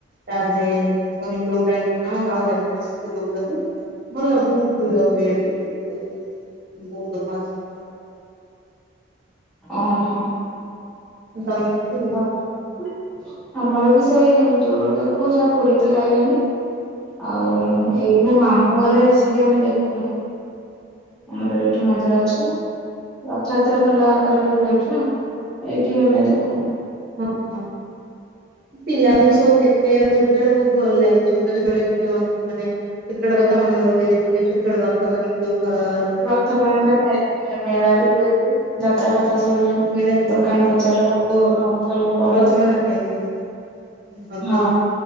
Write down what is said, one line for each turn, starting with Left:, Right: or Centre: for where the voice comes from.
Right: ତା'ପରେ ପୁଣି ଲୌଟାଣି ଦିନ, ବାହୁଡ଼ା ଦିନ ସେମିତି ଲୋଉଟନ୍ତି। ଭଲ ବହୁତ ଭିଡ଼ ହୁଏ ଏଠି। ବହୁତ ବହୁତ ଲୋକ ଆସନ୍ତି <unintelligible>
Centre: ଅ, ହଁ,
Right: ତମ ସେଠି ହୁଏନି?
Centre: ଭଲ। ଆମର ବି ସେଇ ଦୂରରୁ ଦେଖୁ। ଯାହା ପୁରୀ ତ ଯାଇ ହୁଏନି। ଆଉ-ଉଁ ଏଇ ମୋ ମାମୁଁ ଘରେ ଆସିକି ଆମେ ଦେଖୁ। ଆମର ଏଠି ମନ୍ଦିର ଅଛିଁ। ରଥଆତ୍ରା ଭଲ ଆକାରରେ ହୁଏ ଏଠି ନା। ଏଇଠି ଆମେ ଦେଖୁଁ।
Right: ହଁ ହଁ। ପିଲାମାନେ ସଉ କେତେ ରଥଆତ୍ରା ରେ ବହୁତ ଭଲ ଲାଗେ, ଛୋଟ ଛୋଟବେେଳେ ଯେତେ <unintelligible> ମାନେ ଛୋଟୋଳ କଥା ମନେ ପଡିଯାଏ, ଦେଖିଲେ ଛୋଟ ଛୋଟ <unintelligible> ଯୋଉ ଘରର
Centre: <unintelligible> ମେଳା ବି ହୁଏ ବି ଯାତ୍ରା ଫାତ୍ରା ସବୁ ହୁଏ।
Right: ମେଳା ହୁଏ।
Centre: ଦୋକାନ ବଜାର
Right: ଓ
Centre: ହଁ ଭଲ ପଡେ
Right: ପ୍ରଥମା <unintelligible> ଭଲ
Centre: ହଁ
Right: ଅ।